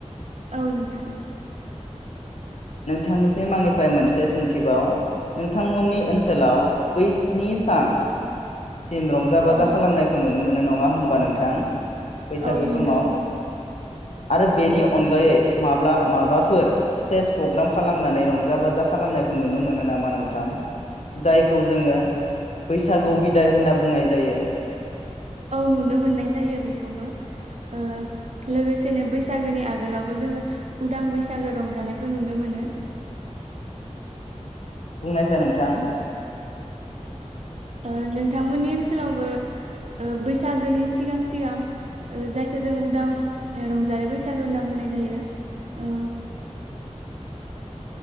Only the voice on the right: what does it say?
औ नोंथां।
औ
औ नुनो
मोनो
औ नुनो मोननाय जायो बेखौबो ओ लोगोसेनो बैसागोनि आगोलावबो जोङो उदां बैसागो रंजानायखौ नुनो मोनो।
ओ नोंथांमोननि ओनसोलावबो ओ बैसागोनि सिगां सिगां ओ जायखौ जों उदां रंजालि बैसागो होनना बुंनाय जायो ओ